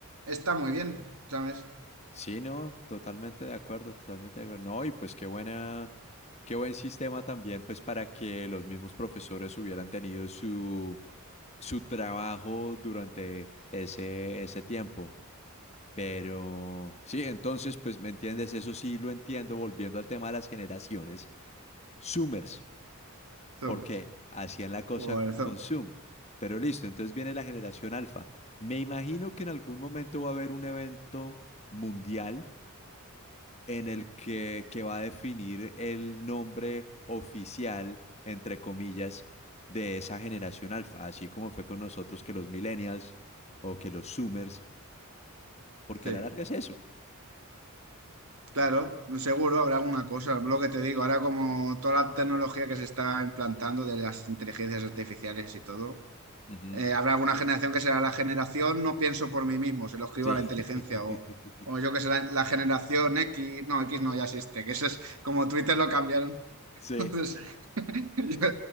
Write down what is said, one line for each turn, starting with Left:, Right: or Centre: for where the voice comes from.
Right: está muy bien, ¿sabes?
Left: Sí, no, totalmente de acuerdo, totalmente de acuerdo. No, y pues qué buena, qué buen sistema también, pues para que los mismos profesores hubieran tenido su, su trabajo durante ese, ese tiempo. Pero sí, entonces, pues me entiendes, eso sí lo entiendo, volviendo al tema de las generaciones, Zoomers,
Right: Zomers.
Left: porque hacían la cosa
Right: Joder, zom-
Left: con Zoom. Pero listo, entonces viene la generación alfa. Me imagino que en algún momento va a haber un evento mundial en el que, que va a definir el nombre oficial, entre comillas, de esa generación alfa, así como fue con nosotros que los millennials o que los zoomers, porque
Right: Sí.
Left: a la larga es eso.
Right: Claro, seguro habrá alguna cosa. Lo que te digo, ahora como toda la tecnología que se está implantando de las inteligencias artificiales y todo,
Left: Ujú,
Right: eh, habrá alguna generación que será la generación no pienso por mí mismo, se lo escribo
Left: Sí.
Right: a la
Left: <laughs>
Right: inteligencia o, o yo que sé, la, la generación X, no, X no ya existe, que eso es como Twitter lo cambiaron.
Left: Sí.
Right: Entonces, <laughs> yo-